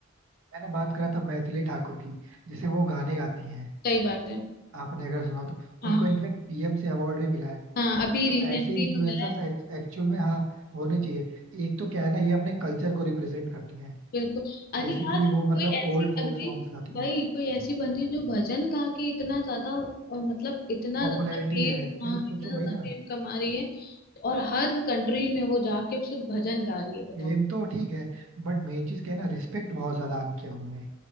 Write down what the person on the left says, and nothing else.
सही बात है
हाँ
हाँ अभी
रिसेंटली
तो मिला है
बिल्कुल अरे
यार कोई
ऐसी
बंदी
भाई
कोई ऐसी बंदी जो भजन गा के इतना ज्यादा अ, मतलब इतना
ज्यादा फेम
हाँ
इतना ज्यादा
फेम कमा रही है और हर कंट्री में वो जाके सिर्फ भजन गा रही है बताओ